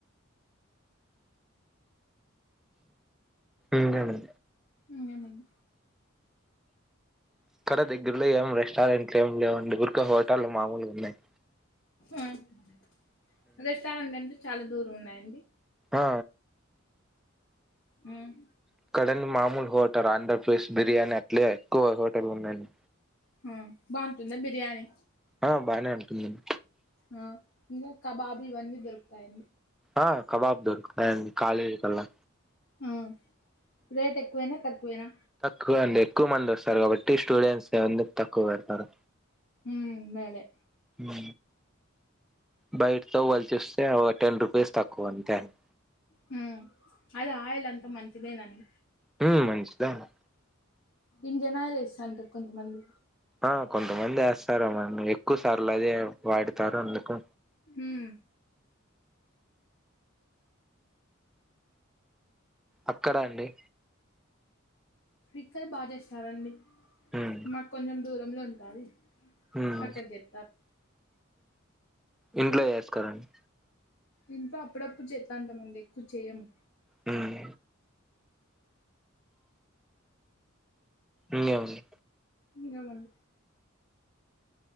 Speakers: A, in the centre; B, on the left.
A: ఇంకేంది
B: ఉ ఏమన్నా
A: ఇక్కడ దగ్గరలో ఏం రెస్టారెంట్లు ఏం లేవండి ఉరికే హోటలు మామూలుగా ఉన్నాయి
B: అ రెస్టారెంట్లు అంటే చాలా దూరం ఉన్నాయండి
A: ఆ
B: హ్మ్
A: ఇక్కడ మామూలు హోటల్ ఆండ్రప్రదేశ్ బిర్యానీ అట్లే ఎక్కువ హోటల్ ఉన్నాయిండి
B: హ బాగుంటుందా బిర్యానీ
A: ఆ బానే ఉంటుందండి
B: ఆ ఇంగ కబాబ్ ఇవ్వని దొరుకుతాయి
A: ఆ కబాబ్ దొరుకుతాయండి కాలి కల్లా
B: ఆ రేట్ ఎక్కువేనా తక్కువేనా
A: ఎక్కువే అండి ఎక్కువా మంది వస్తారు కాబట్టి స్టూడెంట్స్ ఎందుకు తక్కువ పెడతారు
B: ఊ మేలే
A: ఊ బైట్తో పోల్చి చూస్తే ఒక టెన్ రూపీస్ తక్కువ అంతే అండీ
B: హ్మ్ అది ఆయిల్ అంత మంచిదేన అండీ
A: హ్మ్ మంచిదే అండీ
B: ఇంజన్ ఆయిల్ ఎస్తా అంటారు కొంతమంది
A: ఆ కొంతమంది వేస్తారు ఏమోని ఎక్కువ సార్లు అదే వాడుతారు అందుకూ
B: ఉమ్
A: అక్కడ అండి
B: ఇక్కడ బాగా చేస్తారండి
A: ఉమ్
B: మాకు కొంచెం దూరంలో ఉంటది
A: ఉమ్
B: అక్కడ జెతారు
A: ఇంట్లో చేస్కారండి
B: ఇంట్లో అప్పుడప్పుడు చెత్తా ఉంటామండి ఎక్కువ చెయము
A: హ్మ్ ఇ అవును
B: ఇ అవును